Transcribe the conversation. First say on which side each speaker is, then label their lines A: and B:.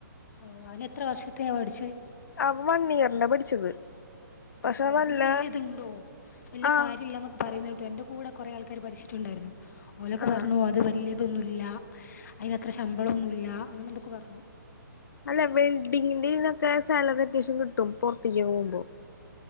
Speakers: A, on the left; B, on the left.
A: ഓഹ് അവന് എത്ര വർഷത്തേ പഠിച്ചേ
B: അവൻ വൺ ഇയറിന്റ പഠിച്ചത് പക്ഷെ
A: ഓഹ് അതിന്
B: നല്ല
A: വല്യ ഇത്ണ്ടോ വല്യ
B: ആഹ്
A: കാര്യല്ലാന്നൊക്കെ പറയുന്ന കേട്ടു എൻ്റെ കൂടെ കൊറേ ആൾക്കാർ പഠിച്ചിട്ടുണ്ടായിരുന്നു ഓലൊക്കെ
B: ആഹ്
A: പറഞ്ഞു അത് വല്യ ഇതൊന്നുല്ല അയ്നത്ര ശമ്പളൊന്നുല്ല അങ്ങനെ എന്തൊക്കൊ പറഞ്ഞു
B: അല്ല വെൽഡിങ്ങിന്റെ ഇതിനൊക്കെ സാലറി അത്യാവശ്യം കിട്ടും പൊർത്തേക്ക് പോവുമ്പം